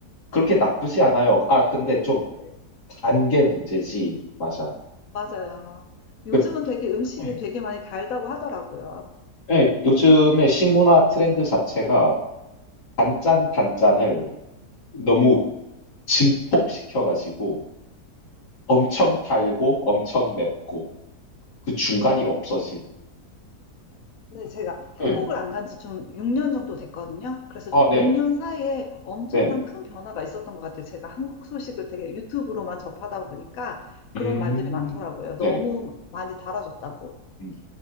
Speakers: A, on the left; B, on the left.
A: 그렇게 나쁘지 않아요. 아, 근데 좀
B: 네.
A: 단게 문제지. 맞아.
B: 맞아요. 요즘은
A: 그,
B: 되게 음식이
A: 네.
B: 되게 많이 달다고 하더라고요.
A: 네, 요즘에 식문화 트렌드 자체가 단짠 단짠을 너무 증폭시켜가지고 엄청 달고 엄청 맵고 그 중간이 없어진.
B: 네, 제가 한국을
A: 네.
B: 안 간지 좀 6년 정도 됐거든요. 그래서
A: 아, 네네.
B: 6년 사이에 엄청난
A: 네네.
B: 큰 변화가 있었던 것 같아요. 제가 한국 소식을 되게 유튜브로만 접하다 보니까 그런
A: 음,
B: 말들이 많더라고요.
A: 네네.
B: 너무 많이 달아졌다고.
A: 음.